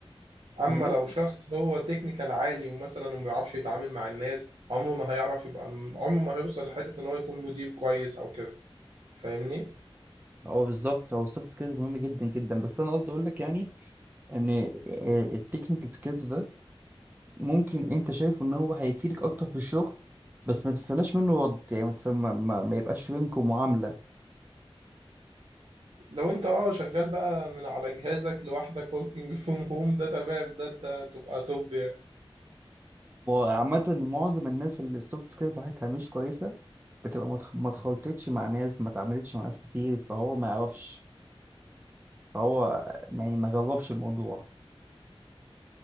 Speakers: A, on the right; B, on the right.
A: اما
B: هي ممكن
A: لو شخص هو تكنيكال عالي ومثلا ما بيعرفش يتعامل مع الناس عمره ما هيعرف يبقى عمره ما هيوصل لحتة ان هو يكون مدير كويس او كده فاهمني
B: هو بالظبط هو السوفت سكيلز مهم جدا جدا بس انا قصدي اقول لك يعني ان التكنيكال سكيلز ده ممكن انت شايفه ان هو هيفيدك اكتر في الشغل بس ما تستناش منه رد يعني ما, تستنى- ما, ما ما يبقاش في بينكم معاملة
A: لو انت اه شغال بقى من على جهازك لوحدك working from home ده تمام ده انت تبقى توب يعني
B: عامة معظم الناس اللي السوفت سكيلز بتاعتها مش كويسة بتبقى ما اتخ- ما اتخلطتش مع ناس ما اتعاملتش مع ناس كتير فهو ما يعرفش فهو يعني ما جربش الموضوع